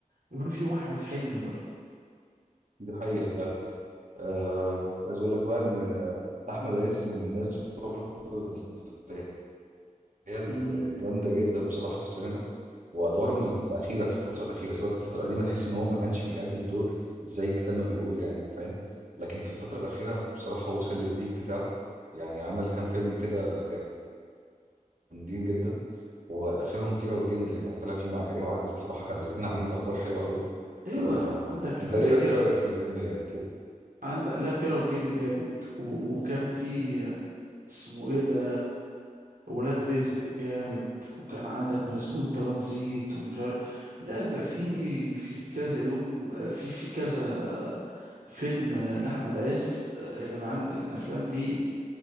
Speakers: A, on the right; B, on the right.
A: بيقولوا فيهم احمد حلمي برضه
B: دي حقيقة فعلا آه كنت عايز أقول لك بقى إن أحمد عز من الناس برضه اللي هي الجامدة
A: امم
B: جدا بصراحة في السينما وأدوارهم الأخيرة في الفترة الأخيرة سواء في الفترة القديمة تحس إن هو ما كانش بيأدي الدور زي الكتاب ما بيقول يعني فاهم لكن في الفترة الأخيرة بصراحة وصل للبيك بتاعه يعني عمل كام فيلم كده جامدين جدا وآخرهم كيرة والجن اللي كان طالع فيه مع كريم عبد العزيز بصراحة كانوا الاتنين عاملين أدوار حلوة قوي
A: ايوه
B: آه
A: عندك
B: أنت
A: عندك
B: إيه
A: كده
B: إيه رأيك في فيلم كيرة؟
A: عندك لا كيرة والجن جامد و... وكان في اسمه ايه ده ولاد رزق جامد وكان عندك مسجون ترانزيت ومش عارف لا ف- في في كذا يوم في في كذا فيلم لأحمد عز يا جدعان الأفلام دي